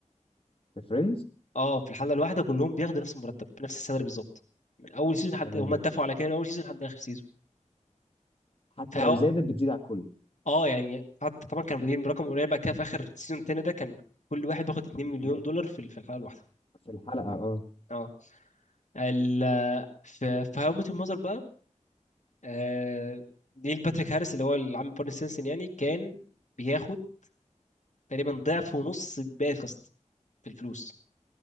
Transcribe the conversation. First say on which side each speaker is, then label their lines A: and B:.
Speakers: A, on the left; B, on the left.
A: ذا فريندز
B: اه في الحلقه الواحده كلهم بياخدوا نفس المرتب نفس السالري بالظبط من اول سيزون لحد
A: تمام
B: هم اتفقوا على كده من اول سيزون لحد اخر سيزون
A: حتى
B: فهو
A: لو زادت بتزيد على الكل
B: اه يعني حتى طبعا كانوا بادئين برقم قليل بقى كده في اخر سيزون التاني ده كان كل واحد بياخد 2
A: انا
B: مليون دولار في في الحلقه الواحده
A: في الحلقه اه
B: اه ال في في هاو ميت المذر بقى آه نيل باتريك هاريس اللي هو العم بارني سينسن يعني كان بياخد تقريبا ضعف ونص باقي الكاست في الفلوس